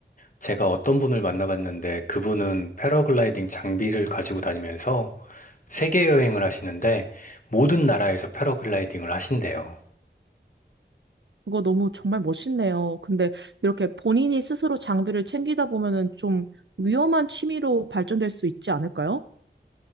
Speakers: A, on the left; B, on the right.
A: 제가 어떤 분을 만나봤는데, 그분은 패러글라이딩 장비를 가지고 다니면서 세계 여행을 하시는데, 모든 나라에서 패러글라이딩을 하신대요.
B: 그거 너무 정말 멋있네요. 근데 이렇게 본인이 스스로 장비를 챙기다 보면은 좀 위험한 취미로 발전될 수 있지 않을까요?